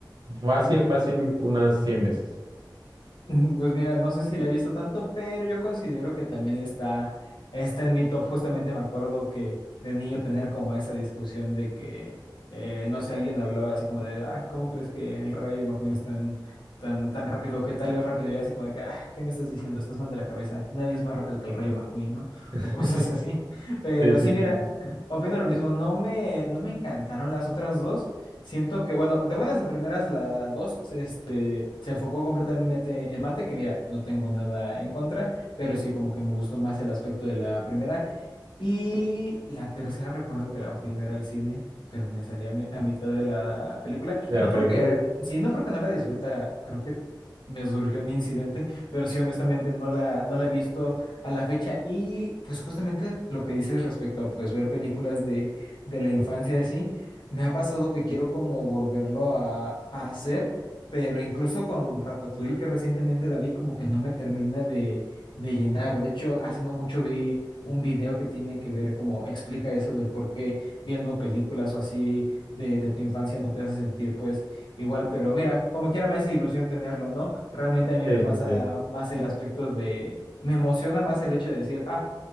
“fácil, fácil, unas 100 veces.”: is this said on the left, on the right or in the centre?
Right